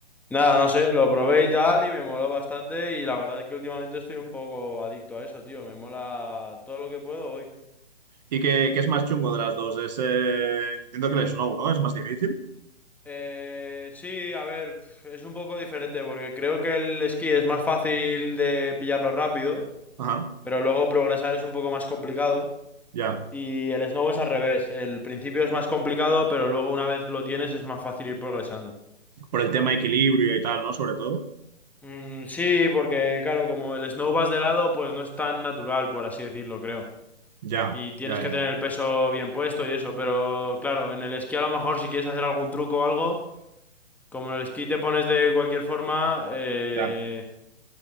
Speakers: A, in the centre; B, on the right (about 40°).
A: nada, no sé, lo probé y tal y me moló bastante y la verdad es que últimamente estoy un poco adicto a eso, tío. Me mola todo lo que puedo hoy.
B: ¿Y qué, qué es más chungo de las dos? Es, eh, entiendo que el Snow, ¿no? Es más difícil.
A: Eh, sí, a ver, es un poco diferente porque creo que el esquí es más fácil de pillarlo rápido,
B: Ajá,
A: pero luego progresar es un poco más complicado.
B: ya.
A: Y el snow es al revés. El principio es más complicado, pero luego una vez lo tienes es más fácil ir progresando.
B: Por el tema equilibrio y tal, ¿no? Sobre todo.
A: Mm, sí, porque claro, como el snow vas de lado, pues no es tan natural, por así decirlo, creo.
B: Ya,
A: Y tienes
B: ya,
A: que
B: ya,
A: tener
B: ya.
A: el peso bien puesto y eso, pero claro, en el esquí a lo mejor si quieres hacer algún truco o algo, como en el esquí te pones de cualquier forma, eh,
B: Ya.